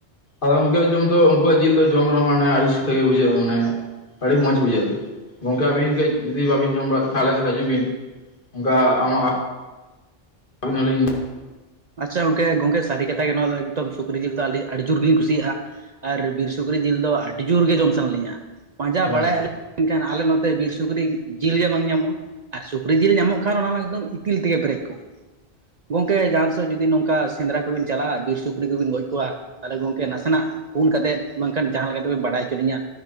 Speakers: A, on the left; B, on the right.
A: ᱟᱫᱚ ᱩᱱᱠᱩᱣᱟᱜ ᱡᱚᱢ ᱫᱚ ᱩᱱᱠᱩᱣᱟᱜ ᱡᱤᱞ ᱫᱚ ᱡᱚᱢ ᱨᱮᱦᱚᱸ ᱢᱟᱱᱮ ᱟᱹᱰᱤ ᱥᱩᱴᱮ ᱜᱮ ᱵᱩᱡᱷᱟᱹᱜᱼᱟ ᱢᱟᱱᱮ ᱟᱹᱰᱤ ᱢᱚᱸᱡ ᱵᱩᱡᱷᱟᱹᱜᱼᱟ ᱜᱚᱝᱠᱮ ᱟᱵᱤᱱ ᱠᱟᱹᱡ ᱡᱩᱫᱤ ᱵᱟᱵᱤᱱ ᱡᱚᱢ ᱵᱟᱲᱟᱜ ᱠᱷᱟᱱ ᱟᱞᱮ ᱥᱮᱫ ᱦᱤᱡᱩᱜ ᱵᱤᱱ ᱚᱱᱠᱟ ᱟᱢᱟᱜ ᱟᱹᱵᱤᱱ ᱦᱚᱸᱞᱤᱧ
B: ᱟᱪᱪᱷᱟ ᱜᱚᱝᱠᱮ ᱜᱚᱝᱠᱮ ᱥᱟᱹᱨᱤᱠᱟᱛᱷᱟ ᱜᱮ ᱱᱚᱣᱟ ᱫᱚ ᱮᱠᱫᱚᱢ ᱥᱩᱠᱨᱤ ᱡᱤᱞ ᱫᱚ ᱟᱹᱰᱤ ᱟᱹᱰᱤ ᱡᱳᱨ ᱜᱮᱞᱤᱧ ᱠᱩᱥᱤᱭᱟᱜᱼᱟ ᱟᱨ ᱵᱤᱨ ᱥᱩᱠᱨᱤ ᱡᱤᱞ ᱫᱚ ᱟᱹᱰᱤ ᱡᱳᱨ ᱜᱮ ᱡᱚᱢ ᱥᱟᱱᱟ ᱞᱤᱧᱟ ᱯᱟᱸᱡᱟ
A: ᱦᱮᱸ
B: ᱵᱟᱲᱟᱭᱮᱫ ᱟᱹᱞᱤᱧ ᱢᱮᱱᱠᱷᱟᱱ ᱟᱞᱮ ᱱᱚᱛᱮ ᱵᱤᱨ ᱥᱩᱠᱨᱤ ᱡᱤᱞ ᱜᱮ ᱵᱟᱝ ᱧᱟᱢᱚᱜᱼᱟ᱾ ᱟᱨ ᱥᱩᱠᱨᱤ ᱡᱤᱞ ᱧᱟᱢᱚᱜ ᱠᱷᱟᱱ ᱚᱱᱟ ᱢᱟ ᱮᱠᱫᱚᱢ ᱤᱛᱤᱞ ᱛᱮᱜᱮ ᱯᱮᱨᱮᱡ ᱠᱚᱜᱼᱟ ᱜᱚᱢᱠᱮ ᱡᱟᱦᱟ ᱡᱩᱫᱤ ᱱᱚᱝᱠᱟ ᱥᱮᱸᱫᱽᱨᱟ ᱠᱚᱵᱤᱱ ᱪᱟᱞᱟᱜᱼᱟ ᱵᱤᱨ ᱥᱩᱠᱨᱤ ᱠᱚᱵᱤᱱ ᱜᱚᱡ ᱠᱚᱣᱟ ᱛᱟᱦᱚᱞᱮ ᱜᱚᱢᱠᱮ ᱱᱟᱥᱮᱱᱟᱜ ᱯᱩᱱ ᱠᱟᱛᱮᱫ ᱵᱟᱝᱠᱷᱟᱱ ᱡᱟᱦᱟᱸ ᱞᱮᱠᱟ ᱞᱮᱠᱟᱛᱮᱵᱮᱱ ᱵᱟᱲᱟᱭ ᱦᱚᱪᱚ ᱞᱤᱧᱟ